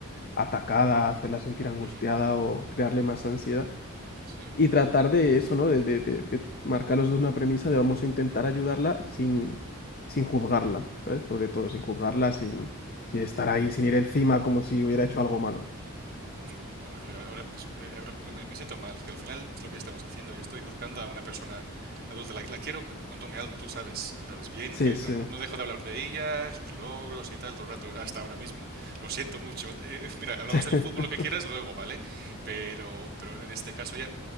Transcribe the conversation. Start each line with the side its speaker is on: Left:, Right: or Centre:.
Left: atacada, hacerla sentir angustiada
Right: mm,
Left: o crearle más ansiedad.
Right: sí,
Left: Y tratar de eso, ¿no? De, de, de, de marcar los dos una premisa de vamos a intentar ayudarla sin, sin juzgarla, ¿sabes? Sobre todo, sin juzgarla, sin, sin estar ahí, sin ir encima como si hubiera hecho algo malo.
Right: Mm, Hombre, pues ahora, pues, eh, ahora me me siento mal, que al final es lo que estamos haciendo. Yo estoy juzgando a una persona adulta, la, la quiero con, con toda mi alma, tú sabes, tú sabes bien
Left: Sí,
Right: que
Left: sí.
Right: no, no- no dejo de hablar de ella, sus logros y tal todo el rato, hasta ahora mismo. Lo siento mucho. Eh, mira, hablamos
Left: <laughs>
Right: del fútbol lo que quieras luego, ¿vale? Pero, pero en este caso ya,